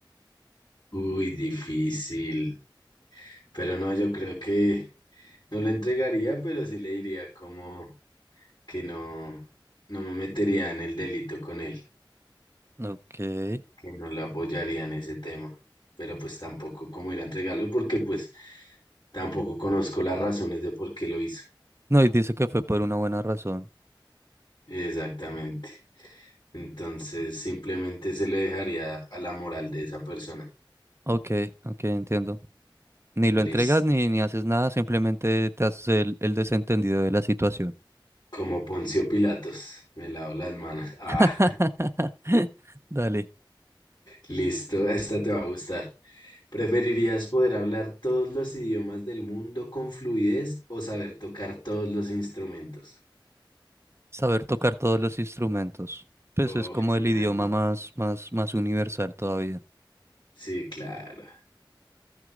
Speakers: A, on the left; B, on the right.
A: Uy, difícil. Pero no, yo creo que no lo entregaría, pero sí le diría como que no, no me metería en el delito con él.
B: Ok.
A: que no lo apoyaría en ese tema, pero pues tampoco cómo ir a entregarlo porque pues tampoco conozco las razones de por qué lo hizo.
B: No, y dice que fue por una buena razón.
A: Exactamente. Entonces simplemente se le dejaría a la moral de esa persona.
B: Ok, ok, entiendo. Ni lo entregas
A: Listo.
B: ni, ni haces nada, simplemente te haces el, el desentendido de la situación.
A: Como Poncio Pilatos, me lavo las manos. Ah,
B: <laughs> Dale,
A: listo, esta te va a gustar. ¿Preferirías poder hablar todos los idiomas del mundo con fluidez o saber tocar todos los instrumentos?
B: saber tocar todos los instrumentos. Pues
A: Oh,
B: es como
A: genial.
B: el idioma
A: ¿no?
B: más, más, más universal todavía.
A: Sí, claro.